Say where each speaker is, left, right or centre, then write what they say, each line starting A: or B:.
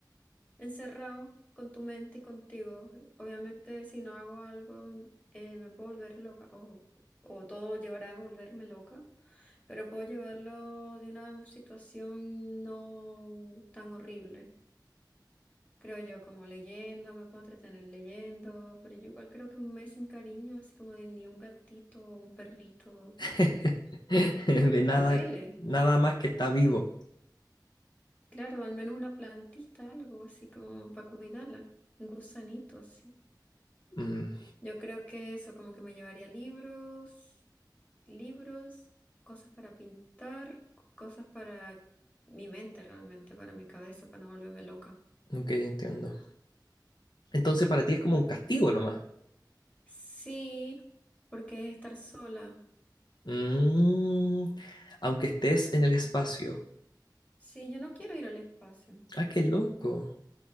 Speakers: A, on the left; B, on the left.
A: encerrado con tu mente y contigo. Obviamente, si no hago algo, mm, eh, me puedo volver loca o, o todo llevará a volverme loca pero puedo llevarlo de una situación no tan horrible. creo yo, como leyendo, me puedo entretener leyendo, pero yo igual creo que un mes sin cariño, así como de ni un gatito o un perrito,
B: <laughs> De nada,
A: duele.
B: nada más que está vivo.
A: Claro, al menos una plantita, algo así como para cuidarla, un gusanito así.
B: Mm,
A: Yo creo que eso, como que me llevaría libros, libros, cosas para pintar, cosas para mi mente realmente, para mi cabeza, para no volverme loca.
B: ok, entiendo. Entonces para ti es como un castigo nomás.
A: Sí, porque es estar sola.
B: Mm, aunque estés en el espacio.
A: Sí, yo no quiero ir al espacio.
B: Ah, qué loco.